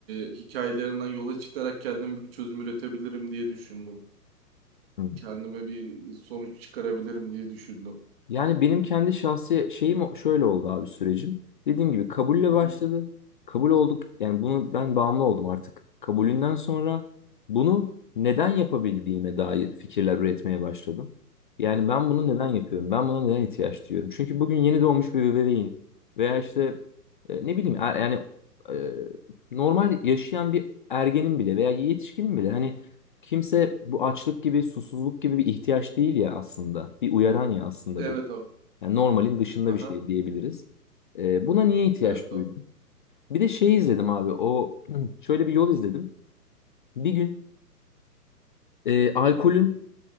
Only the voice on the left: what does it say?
Hı.
Yani benim kendi şahsi şeyim o- şöyle oldu abi sürecim. Dediğim gibi kabulle
başladı. Kabul olduk. Yani bunu ben bağımlı oldum artık. Kabulünden sonra bunu neden yapabildiğime dair fikirler üretmeye başladım. Yani ben bunu
neden yapıyorum? Ben buna neden ihtiyaç duyuyorum? Çünkü bugün yeni doğmuş bir bebeğin veya işte e, ne bileyim er- yani e, normal yaşayan bir ergenin bile veya yetişkinin bile hani kimse bu açlık gibi susuzluk gibi bir ihtiyaç değil ya aslında. Bir uyaran ya aslında
bu.
Yani normalin dışında
bir şey diyebiliriz. Ee, buna niye ihtiyaç
duydum?
Bir de şey izledim abi. O şöyle bir yol izledim. Bir gün e, alkolün